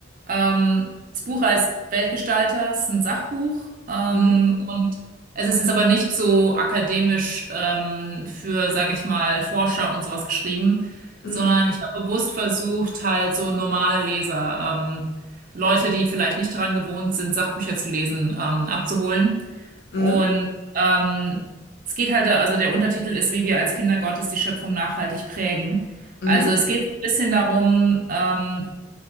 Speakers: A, on the right; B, on the left.
A: ähm, das Buch heißt Weltgestalter, es ist ein Sachbuch ähm,
B: Mhm,
A: und es ist jetzt aber nicht so akademisch ähm, für, sage ich mal, Forscher und sowas geschrieben,
B: mhm,
A: sondern ich habe bewusst versucht, halt so normale Leser, ähm, Leute, die vielleicht nicht daran gewohnt sind, Sachbücher zu lesen, ähm, abzuholen.
B: mhm,
A: Und ähm, es geht halt, also der Untertitel ist, wie wir als Kinder Gottes die Schöpfung nachhaltig prägen.
B: mhm,
A: Also es geht so ein bisschen darum, ähm,